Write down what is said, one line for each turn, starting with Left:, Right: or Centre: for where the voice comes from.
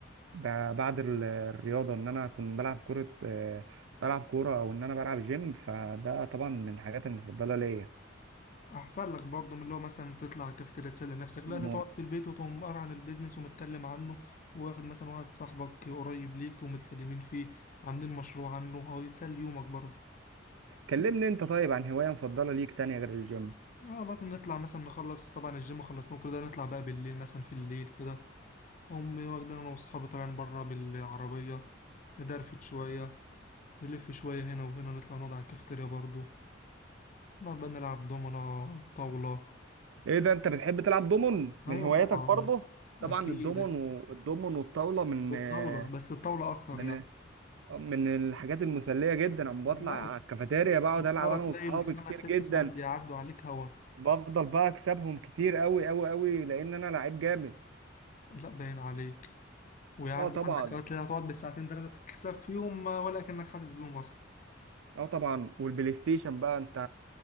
Right: ده بعد ال- الرياضة إن أنا أكون بلعب كرة آه، بلعب كورة أو إن أنا بلعب جيم فده طبعا من الحاجات المفضلة ليا
Left: احسن لك برضو من اللي هو مثلا تطلع كافتيريا تسلي نفسك لا
Right: م-
Left: انت تقعد في البيت وتقوم قاري عن البيزنس ومتكلم عنه واخد مثلا واحد صاحبك قريب ليك تقوم متكلمين فيه عاملين مشروع عنه هو يسلي يومك برضو
Right: كلمني أنت طيب عن هواية مفضلة ليك تانية غير الجيم
Left: اه بس نطلع مثلا نخلص طبعا الجيم خلصنا كل ده نطلع بقى بالليل مثلا في الليل كده امي واخدين انا واصحابي طالعين بره بالعربيه ندرفت شويه نلف شويه هنا وهنا نطلع نقعد على الكافتيريا برضو نقعد بقى نلعب دومنا طاوله
Right: إيه ده أنت بتحب تلعب دومون من
Left: ايوه
Right: هواياتك
Left: طبعا
Right: برضه طبعا
Left: اكيد
Right: الدومون والدومون والطاولة من
Left: والطاولة
Right: آه،
Left: بس الطاولة أكتر
Right: من
Left: يعني
Right: من الحاجات المسلية جدا أما
Left: لا
Right: بطلع على الكافيتيريا بقعد
Left: الطاولة
Right: ألعب أنا
Left: تلاقي
Right: وأصحابي
Left: الخمس
Right: كتير جدا
Left: ست ساعات بيعدوا عليك هوا
Right: بفضل بقى أكسبهم كتير أوي أوي أوي لأن أنا لعيب جامد
Left: لا باين عليك ويعدوا
Right: اه طبعا
Left: عندك أوقات تلاقي هتقعد بالساعتين تلاتة تكسب فيهم آه، ولا كأنك حاسس بيهم أصلا
Right: اه طبعا والبلاي ستيشن بقى انت